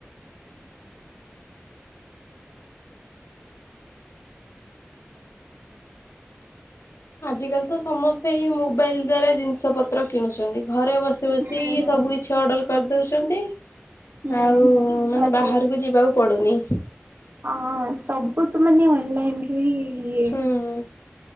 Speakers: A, on the left; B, on the right.
A: ଆଜିକାଲି ତ ସମସ୍ତେ ହିଁ ମୋବାଇଲ ଦ୍ଵାରା ଜିନିଷ ପତ୍ର କିଣୁଛନ୍ତି ଘରେ ବସି ବସି
B: ହୁଁ,
A: ବସି
B: ହୁଁ,
A: ସବୁ କିଛି ଅର୍ଡର କରିଦଉଛନ୍ତି।
B: ହୁଁ,
A: ଆଉ
B: ହୁଁ,
A: ମାନେ
B: ସବୁ
A: ବାହାରକୁ ଯିବାକୁ ପଡୁନି।
B: ହଁ ସବୁ ତୁ ମାନେ ଅନଲାଇନ ରୁ ହିଁ ଇ
A: ହୁଁ।